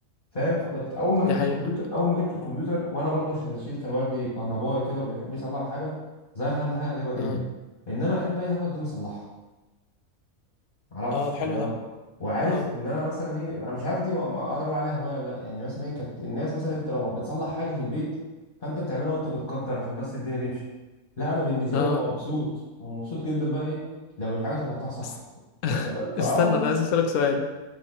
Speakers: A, on the left; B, on the left.
A: فاهم فكنت اول ما جبت
B: دي حقيقة
A: الكمبيوتر اول ما جبت الكمبيوتر وانا برضه عشان نشيتي كان والدي كهربائي كده وبيحب يصلح الحاجه ظهرت عندي حاجه غريبه جدا
B: اه
A: ان انا احب اي حاجه قدامي اصلحها معرفش
B: اه ده
A: يعني
B: حلو ده
A: وعارف
B: اه
A: ان انا مثلا ايه انا مش عارف دي ما ما اقدر اقول عليها هوايه ولا لا يعني مثلا ايه كانت الناس مثلا انت لو بتصلح حاجه في البيت فانت بتعملها وانت متقدر عشان بس الدنيا تمشي لا انا بالنسبه
B: اه
A: لي ببقى مبسوط ببقى مبسوط جدا بقى ايه لو الحاجه طلعتها صح
B: است- <laughs>
A: ف- ف- فاه
B: استنى
A: والله
B: انا عايز اسالك سؤال